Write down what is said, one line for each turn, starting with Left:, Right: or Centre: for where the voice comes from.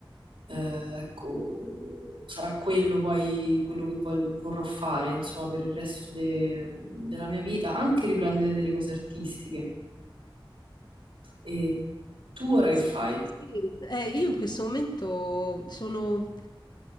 Right: eh, ecco, sarà quello poi quello che vol- vorrò fare insomma per il resto de- della mia vita, anche riprendere delle cose artistiche. E tu ora che
Left: Sai
Right: fai?
Left: sì, eh, io in questo momento sono